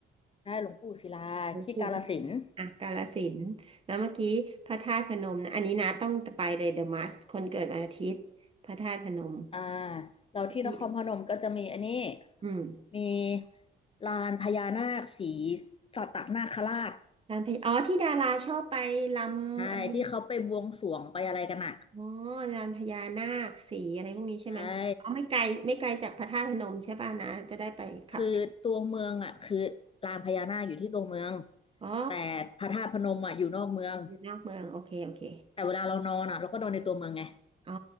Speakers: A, on the left (about 30°); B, on the right (about 25°).
A: ได้หลวงปู่ศิลาที่กาฬสินธุ์
B: หลวงปู่ศิลาอ่ะกาฬสินธุ์แล้วเมื่อกี้พระธาตุพนมนะอันนี้นะต้องไปเลยเดอะมัสคนเกิดวันอาทิตย์พระธาตุพนม
A: อ่าเราที่นครพนมก็จะมีอันนี้
B: แล้วมีอืม
A: มีลานพญานาคสีสัตนาคราช
B: ลานพญาอ๋อที่ดาราชอบไปลำอะไร
A: ใช่ที่เขาไปบวงสรวงไปอะไรกันอ่ะ
B: อ๋อลานพญานาคสีอะไรพวกนี้ใช่ไหมอ๋อไม่ไกลไม่ไกลจากพระธาตุพนมใช่ป่ะนะจะได้ไปขับ
A: ใช่คือตัวเมืองอ่ะคือลานพญานาคอยู่ที่ตัวเมือง
B: อ๋อ
A: แต่พระธาตุพนมอ่ะอยู่นอกเมือง
B: อยู่นอกเมืองโอเคโอเค
A: แต่เวลาเรานอนอ่ะเราก็นอนในตัวเมืองไง
B: อ๋อ